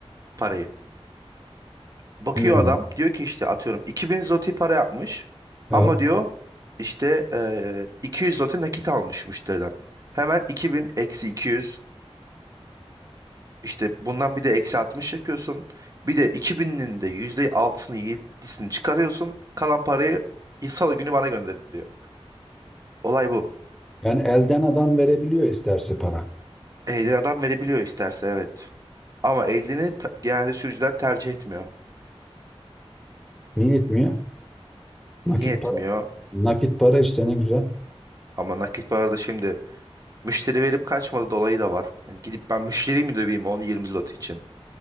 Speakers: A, on the right; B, in the centre.
A: parayı. Bakıyor
B: hmm,
A: adam diyor ki işte atıyorum 2000 zloty para yapmış
B: Evet.
A: ama diyor işte eee, 200 zloty nakit almış müşteriden. Hemen 2000 eksi 200 İşte bundan bir de eksi 60 yapıyorsun. Bir de 2000'inin de yüzde altısını yedisini çıkarıyorsun. Kalan parayı salı günü bana gönderiyor. Olay bu.
B: Yani elden adam verebiliyor isterse para.
A: Elden adam verebiliyor isterse evet. Ama eldini ta- genelde sürücüler tercih etmiyor.
B: Niye etmiyor? Nakit
A: Niye etmiyor?
B: Nakit para işte ne güzel.
A: Ama nakit parada şimdi müşteri verip kaçmadı dolayı da var. Yani gidip ben müşteriyi mi döveyim on yirmi zlot için?